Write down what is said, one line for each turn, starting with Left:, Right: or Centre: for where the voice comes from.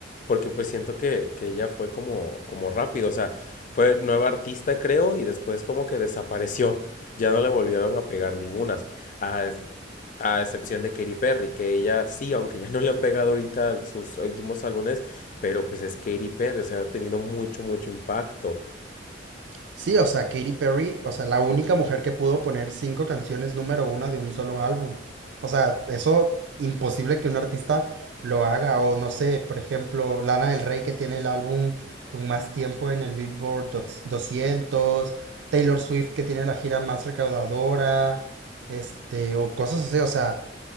Left: porque pues siento que, que ella fue como, como rápido. O sea, fue nueva artista, creo, y después como que desapareció. Ya no le volvieron a pegar ningunas. Ah, a excepción de Katy Perry, que ella sí, aunque ya no le han pegado ahorita sus últimos álbumes, pero pues es Katy Perry, o sea, ha tenido mucho, mucho impacto.
Right: Sí, o sea, Katy Perry, o sea, la única mujer que pudo poner cinco canciones número una de un solo álbum. O sea, eso imposible que un artista lo haga. O no sé, por ejemplo, Lana del Rey que tiene el álbum con más tiempo en el Billboard dos- doscientos Taylor Swift que tiene la gira más recaudadora, este, o cosas así. O sea,